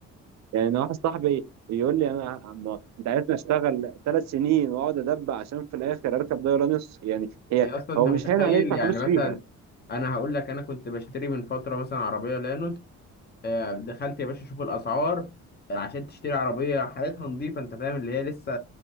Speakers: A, on the right; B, on the left.
A: يعني واحد صاحبي يقول لي انا عم- انت عايزني اشتغل ثلاث سنين واقعد ادب عشان في الاخر اركب دايلانس يعني هي
B: يا اصلا انت
A: هو مش
B: متخيل
A: هين عليه يدفع
B: يعني
A: فلوس
B: مثلا
A: فيها
B: انا هقول لك انا كنت بشتري من فتره مثلا عربيه لانوس آه، دخلت يا باشا اشوف الاسعار آه، عشان تشتري عربيه حالتها نظيفه انت فاهم اللي هي لسه